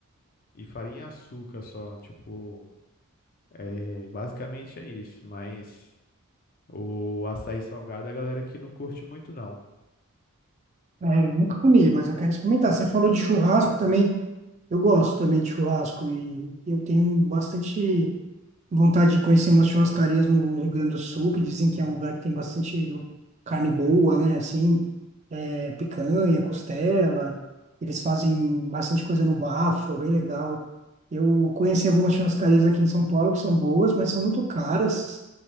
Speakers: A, on the left (about 40°); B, on the right (about 35°).
A: e farinha e açúcar só. Tipo, é, basicamente é isso. Mas o açaí salgado a galera aqui não curte muito, não.
B: É, eu nunca comi, mas eu quero experimentar. Você falou de churrasco também. Eu gosto também de churrasco e eu tenho bastante vontade de conhecer umas churrascarias no Rio Grande do Sul, que dizem que é um lugar que tem bastante carne boa, né? Assim, é, picanha, costela. Eles fazem bastante coisa no bafo, é bem legal. Eu conheci algumas churrascarias aqui em São Paulo que são boas, mas são muito caras.